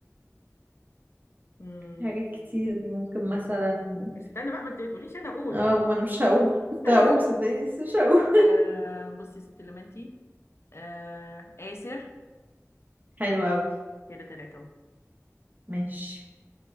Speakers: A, on the left (about 55°); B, on the right (about 35°).
A: امم
B: في حاجات كتير ممكن مثلا
A: استنى بقى ما انت بتقوليش انا اقول
B: اه ما انا مش هقول كنت
A: <laughs>
B: هقول صدقني بس مش هقول
A: آه بصي يا ست لمنتي آه آسر
B: حلو اوي
A: كده تلاتة اهو
B: ماشي